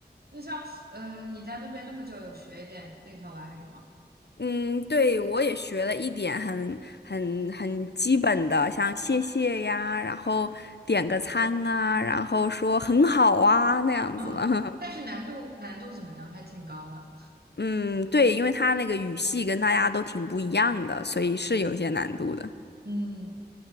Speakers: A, on the right (about 65°); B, on the left (about 75°).
A: 那像，呃，你在那边那么久，有学一点立陶宛语吗？
B: 嗯，对，我也学了一点很很很基本的，像谢谢呀，然后点个餐啊，然后说很好啊那样子的。
A: 嗯，
B: <laughs>
A: 但是难度难度怎么样？还挺高的。
B: 嗯，对，因为他那个语系跟大家都挺不一样的，所以是有一些难度的。
A: 嗯，